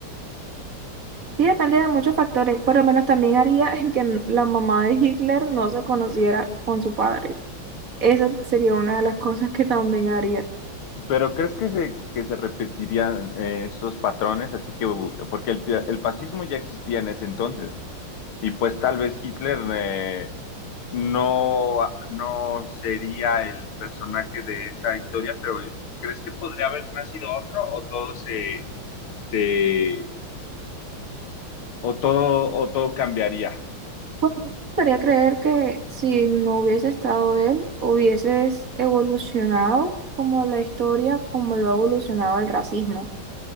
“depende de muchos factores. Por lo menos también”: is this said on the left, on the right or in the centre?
Right